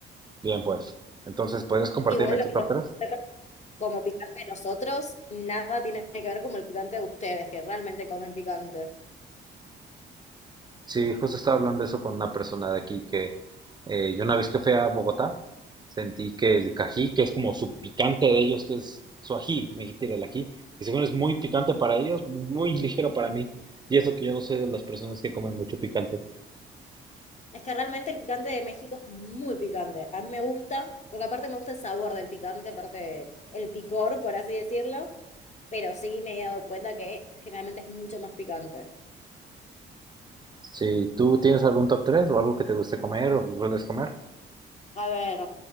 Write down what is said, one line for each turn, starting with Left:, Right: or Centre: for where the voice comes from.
Right: Bien, pues. Entonces, ¿podrías compartirme
Left: Igual lo
Right: tu
Left: que
Right: top tres
Left: como picante de nosotros, nada tiene que ver con el picante de ustedes, que realmente comen picante.
Right: Sí, justo estaba hablando de eso con una persona de aquí que eh, yo una vez que fui a Bogotá sentí que el cají, que es como su picante de ellos, que es su ají, me dijiste el ají, que según es muy picante para ellos, muy ligero para mí. Y eso que yo no soy de las personas que comen mucho picante.
Left: Es que realmente el picante de México es muy picante. A mí me gusta, porque aparte me gusta el sabor del picante, aparte el picor, por así decirlo. Pero sí me he dado cuenta que generalmente es mucho más picante.
Right: Si tú tienes algún top 3 o algo que te guste comer o sueles comer,
Left: A ver,